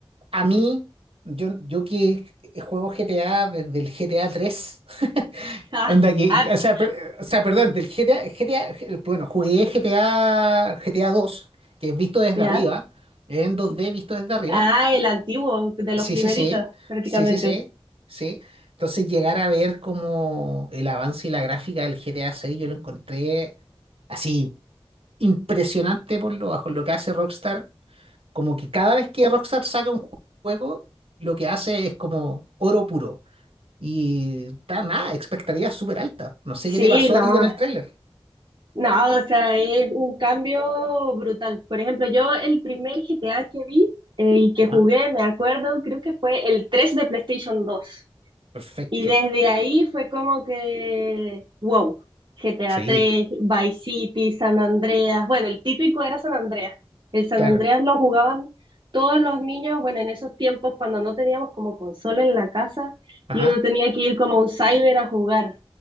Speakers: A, on the right (about 70°); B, on the right (about 50°).
A: a mí, yo, yo que juego GTA desde el GTA tres. <laughs>
B: Ah,
A: Onda que,
B: arte,
A: o sea, per- o sea, perdón, del GTA, GTA, bueno, jugué GTA, GTA dos, que es visto desde
B: ¿ya?
A: arriba, en 2D
B: sí.
A: visto desde arriba.
B: Ah, el antiguo, de
A: Sí,
B: los primeritos,
A: sí, sí,
B: prácticamente.
A: sí, sí, sí, sí. Entonces llegar a ver como el avance y la gráfica del GTA seis, yo lo encontré así impresionante por lo bajo, lo que hace Rockstar, como que cada vez que Rockstar saca un juego, lo que hace es como oro puro. Y está nada, expectativa súper alta. No sé
B: Sí,
A: qué te pasó
B: no,
A: a ti con el tráiler.
B: no, o sea, es un cambio brutal. Por ejemplo, yo el primer GTA que vi eh, y que
A: Ajá.
B: jugué, me acuerdo, creo que fue el 3 de PlayStation 2.
A: Perfecto.
B: Y desde ahí fue como que, wow, GTA
A: Sí,
B: 3, Vice City, San Andreas. Bueno, el típico era San Andreas. El San
A: claro.
B: Andreas lo jugaban todos los niños, bueno, en esos tiempos cuando no teníamos como consola en la casa
A: Ajá.
B: y uno tenía que ir como a un cyber a jugar.